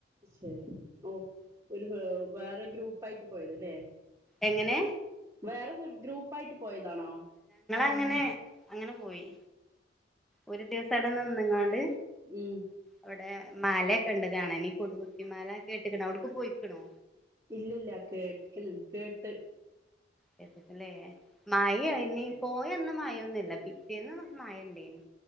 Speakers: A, on the right (about 20°); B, in the centre.
A: ശെ ഓ ഒരു വേറെ ഗ്രൂപ്പായിട്ട് പോയത്ലെ
B: എങ്ങനെ
A: വേറെ ഗ്രൂപ്പ് ആയിട്ട് പോയതാണോ
B: അങ്ങനെ അങ്ങനെ പോയി ഒരു ദിവസം ങ്ങണ്ട്
A: ഉം
B: അവിടെ മാല കണ്ട് കാണനി കൊടു കുത്തിമാല കേട്ട്ക്കണേ അവിടുക്ക് പോയിക്കണോ
A: ഇല്ലല്ല കേട്ടക്ക കേട്ട്
B: ചറ്റത്തില്ലേ മാഴായിനി പോയ അന്ന് മായൊന്നുല്ല പിറ്റേന്ന് മായ ഉണ്ടെന്നു